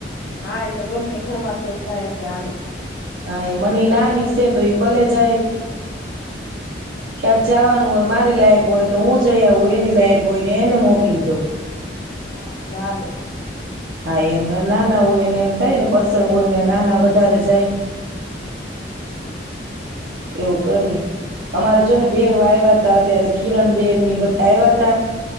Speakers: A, on the left (about 65°); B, on the right (about 70°).
A: હા એ તો ગમે ઘરમાંથી એક જાય એટલે હાલે.
B: હા એ મને નાની છે તો ઈ ભલે જાય.
A: હા.
B: ક્યાંક જવાનું હોય મારી લાયક હોય તો હું જઈ આવું એની લાયક હોય ને એને મોકલી દઉં.
A: હા જ્ઞાલ.
B: હા એમ નાના હોયને એમ થાય ને પ્રસંગ હોય ને નાના વધારે જાય. એવું કરી અમારે છો ને બે આવ્યા ત અ્યારે કિરણ બેન ની બધા આવ્યા હતા.